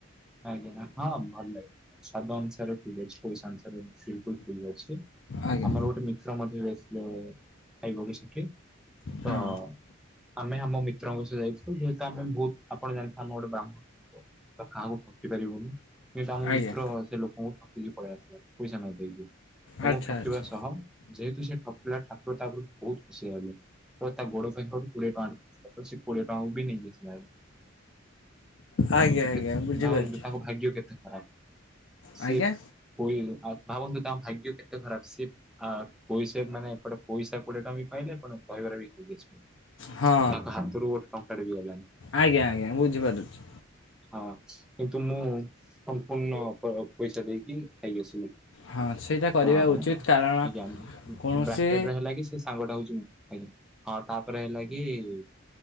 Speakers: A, in the centre; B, on the left.
A: ଆଜ୍ଞା। ହଁ ଭଲ ଲାଗେ ସ୍ୱାଦ ଅନୁସାରେ ଠିକ ଅଛି ପଇସା ଅନୁସାରେ ବିଲକୁଲ ଠିକ୍ ଅଛି।
B: ଆଜ୍ଞା
A: ଆମର ଗୋଟେ ମିତ୍ର ମଧ୍ୟ ଯାଇଥିଲେ-ଏ-ଏ ଖାଇବାକୁ ସେଠି ତ-ଅ-ଅ
B: ହଁ
A: ଆମେ ଆମ ମିତ୍ରଙ୍କ ସହ ଯାଇଥିଲୁ ଯେହେତୁ ଆମେ ବହୁତ ଆପଣ ଜାଣିଥା ଆମ ଗୋଟେ ବ୍ରାହ୍ମଣ ତ କାହା କୁ ଠକି ପାରିବୁନୁ। କିନ୍ତୁ ଆମ
B: ଆଜ୍ଞା
A: ମିତ୍ର ସେ ଲୋକଙ୍କୁ ଠକିକି ପଳେଇଆସି ପଇସା ନ ଦେଇକି
B: ଆଚ୍ଛା
A: ଏବଂ ଠକିବା
B: ଆଚ୍ଛା
A: ସହ ଯେହେତୁ ସେ ଠକିଲା ଠାକୁର ତାପରେ ବହୁତ ସେୟା ହେଲେ। ତ ତା ଗୋଡ ପାଖରେ କୋଡିଏ ଟଙ୍କା ପଡିଥିଲା ସେ କୋଡିଏ ଟଙ୍କା ବି ନେଇକି ଆସିଲା। ଭାବନ୍ତୁ
B: ଆଜ୍ଞା ଆଜ୍ଞା।
A: କେତେ
B: ବୁଝିପାରୁଛି
A: ଭାବନ୍ତୁ ତାଙ୍କ ଭାଗ୍ୟ କେତେ ଖରାପ
B: ଆଜ୍ଞା
A: ସି କୋଇ ଆ ଭାବନ୍ତୁ ତାଙ୍କ ଭାଗ୍ୟ କେତେ ଖରାପ ସିଏ ଆ ପଇସା ମାନେ ଏପଟେ ପଇସା କୋଡିଏ ଟଙ୍କା ବି ପାଇଲେ <unintelligible>
B: ହଁ
A: <inaudible> ତାଙ୍କ ହାତରୁ ଗୋଟେ ଟଙ୍କାଟେ ବି ଗଲାନି।
B: ଆଜ୍ଞା ଆଜ୍ଞା ବୁଝିପାରୁଚୁ।
A: ହଁ କିନ୍ତୁ ମୁଁ-ଉ-ଉ ସମ୍ପୂର୍ଣ୍ଣ ପ ପଇସା ଦେଇକି ଖାଇକି ଆସିଲି।
B: ହଁ ସେଇଟା କରିବା
A: ହ
B: ଉଚିତ କାରଣ
A: ଆଜ୍ଞା
B: କୌଣସି
A: ବ୍ରାକେଟରେ ହେଲା କି ସେ ସାଙ୍ଗ ଟା ହଉଛି ମୁଁ। ଆଜ୍ଞା ହଁ ତାପରେ ହେଲା କି-ଇ-ଇ